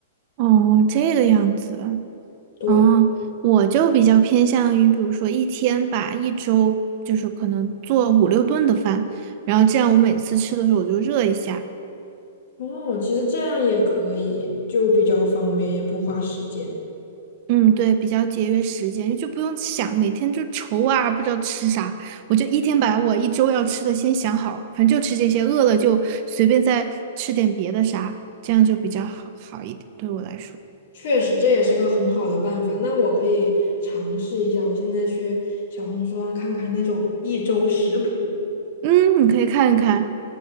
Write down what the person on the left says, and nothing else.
对。
哦，其实这样也可以，就比较方便，也不花时间。
确实，这也是个很好的办法。那我可以尝试一下，我现在去小红书上看看那种一周食谱。